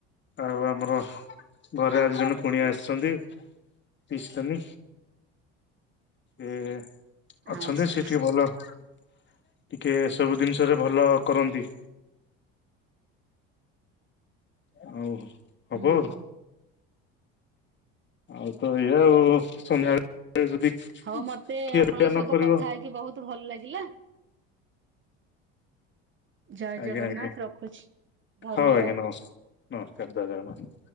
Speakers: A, on the left; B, on the right.
A: ଆଉ ଆମର ଘରେ ଆଜି ଜଣେ କୁଣିଆ ଆସିଛନ୍ତି। ପିଇଶି ନାନି ଏ
B: ଆଚ୍ଛା
A: ଅଛନ୍ତି
B: ଆଚ୍ଛା
A: ସେ ଟିକେ ଭଲ ଟିକେ ଏ ସବୁ ଜିନିଷରେ ଭଲ କରନ୍ତି। ହୋଉ ହବ।
B: ହୁଁ
A: ଆଉ ତ ଏଇଆ ଆଉ ସନ୍ଧ୍ୟାବେଳେ ଯଦି
B: ହଉ ମତେ
A: ଖିଆ
B: ଆପଣଙ୍କ
A: ପିଆ ନ
B: ସହିତ
A: କରିବ
B: କଥା ହେଇକି ବହୁତ ଭଲ ଲାଗିଲା। ଜୟ
A: ଆଜ୍ଞା
B: ଜଗନ୍ନାଥ
A: ଆଜ୍ଞା
B: ରଖୁଛି ଧନ୍ୟବାଦ।
A: ହଉ ଆଜ୍ଞା ନମସ୍ ନମସ୍କାର ଜୟ ଜଗନ୍ନାଥ।